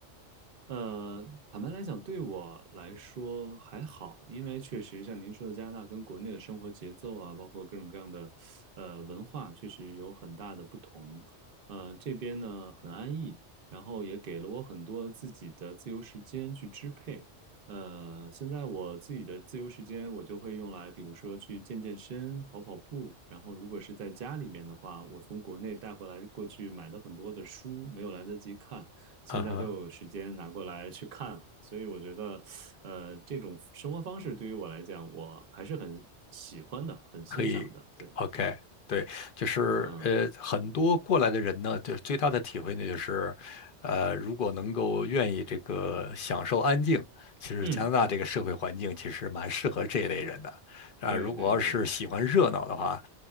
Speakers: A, on the right; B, on the left.
A: 呃，坦白来讲，对我来说还好，因为确实像您说的，加拿大跟国内的生活节奏啊，包括各种各样的呃文化，确实有很大的不同。呃，这边呢很安逸，然后也给了我很多自己的自由时间去支配。呃，现在我自己的自由时间，我就会用来，比如说去健健身、跑跑步。然后，如果是在家里面的话，我从国内带回来过去买的很多的书，没有来得及看。现在都有时间拿过来去看了所以我觉得，
B: 啊哈。
A: 呃，这种生活方式对于我来讲，我还是很喜欢的，很欣赏的。
B: 可以，OK，
A: 对，
B: 对，就是呃，
A: 嗯
B: 很多过来的人呢，就是最大的体会呢，就是，呃，如果能够愿意这个享受安静，其实加拿大这个社会环境其实蛮适合这一类人的，
A: 嗯，
B: 啊、
A: 对对对
B: 如果要是喜欢热闹的话，